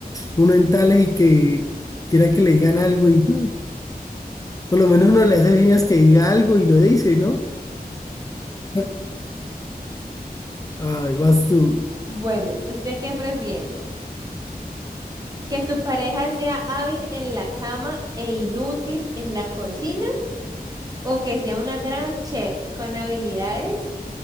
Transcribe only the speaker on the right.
Bueno, ¿usted qué prefiere? ¿Que tu pareja sea hábil en la cama e inútil en la cocina? ¿O que sea una gran chef con habilidades